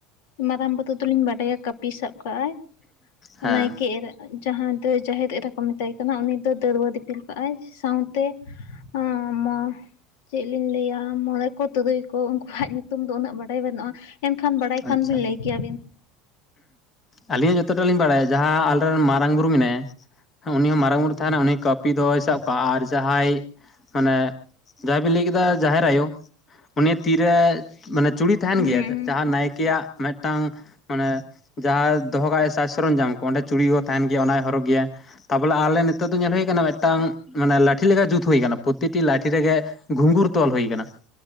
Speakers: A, on the left (about 70°); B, on the left (about 20°).
A: ᱢᱟᱨᱟᱝ ᱵᱩᱨᱩ ᱫᱚᱞᱤᱧ ᱵᱟᱰᱟᱭᱟ ᱠᱟᱹᱯᱤ ᱥᱟᱵ ᱠᱟᱜᱼᱟᱭ᱾
B: ᱦᱮᱸ
A: ᱱᱟᱭᱠᱮ ᱮᱨᱟᱹ ᱡᱟᱦᱟᱸᱭ ᱫᱚ ᱡᱟᱦᱮᱨ ᱮᱨᱟ ᱠᱚ ᱢᱮᱛᱟᱭ ᱠᱟᱱᱟ ᱩᱱᱤ ᱫᱚ ᱫᱟᱹᱲᱣᱟᱹ ᱫᱤᱯ ᱯᱤᱞ ᱠᱟᱜᱟᱭ ᱥᱟᱶᱛᱮ <unintelligible> ᱪᱮᱫ ᱞᱤᱧ ᱞᱟᱹᱭᱟ? ᱢᱚᱬᱮ ᱠᱚ ᱛᱩᱨᱩᱭ ᱠᱚ ᱩᱱᱠᱩᱣᱟᱜ ᱧᱩᱛᱩᱢ ᱫᱚ ᱩᱱᱟᱹᱜ ᱵᱟᱰᱟᱭ ᱵᱟᱹᱱᱩᱜᱼᱟ᱾ ᱮᱱᱠᱷᱟᱱ ᱵᱟᱲᱟᱭ ᱠᱷᱟᱱ
B: ᱟᱪᱪᱷᱟ
A: ᱵᱤᱱ ᱞᱟᱹᱭ ᱠᱮᱭᱟᱵᱤᱱ?
B: ᱟᱹᱞᱤᱧ ᱦᱚᱸ ᱡᱚᱛᱚᱴᱟ ᱞᱤᱧ ᱵᱟᱲᱟᱭᱟ ᱡᱟᱦᱟᱸ ᱟᱞᱮ ᱨᱮᱱ ᱢᱟᱨᱟᱝ ᱵᱩᱨᱩ ᱢᱮᱱᱟᱭᱟ, ᱩᱱᱤ ᱦᱚᱸ ᱢᱟᱨᱟᱝ ᱵᱩᱨᱩ ᱛᱟᱦᱮᱱᱟ, ᱩᱱᱤ ᱠᱟᱹᱯᱤ ᱫᱚᱭ ᱥᱟᱵ ᱠᱚᱣᱟ, ᱟᱨ ᱡᱟᱦᱟᱸᱭ ᱢᱟᱱᱮ ᱡᱟᱦᱟᱸᱭ ᱵᱤᱱ ᱞᱟᱹᱭ ᱠᱮᱫᱟ ᱡᱟᱦᱮᱨ ᱟᱭᱳ ᱩᱱᱤ ᱛᱤᱨᱮ, ᱢᱟᱱᱮ ᱪᱩᱲᱤ ᱛᱟᱦᱮᱱ
A: ᱦᱩᱸ
B: ᱜᱮᱭᱟ, ᱡᱟᱦᱟᱸ ᱱᱟᱭᱠᱮᱭᱟᱜ ᱢᱤᱫᱴᱟᱝ ᱢᱟᱱᱮ ᱡᱟᱦᱟᱸᱟᱭ ᱫᱚᱦᱚ ᱠᱟᱜ ᱥᱮ ᱥᱚᱨᱚᱧᱡᱟᱢ ᱠᱚ ᱚᱸᱰᱮ ᱪᱩᱲᱤ ᱦᱚᱸ ᱛᱟᱦᱮᱱ ᱜᱮᱭᱟ ᱚᱱᱟᱭ ᱦᱚᱨᱚᱜᱽ ᱜᱮᱭᱟ᱾ ᱛᱟᱨᱯᱚᱞᱮ ᱟᱞᱮ ᱱᱮᱛᱚᱜ ᱫᱚ ᱧᱮᱞ ᱦᱩᱭ ᱠᱟᱱᱟ ᱢᱤᱫᱴᱟᱝ, ᱢᱟᱱᱮ ᱞᱟᱴᱷᱤ ᱞᱮᱠᱟ ᱡᱩᱛ ᱦᱩᱭ ᱠᱟᱱᱟ ᱯᱨᱚᱛᱤᱴᱤ ᱞᱟᱴᱷᱤ ᱨᱮᱜᱮ ᱜᱷᱩᱸᱜᱩᱨ ᱛᱚᱞ ᱦᱩᱭ ᱟᱠᱟᱱᱟ,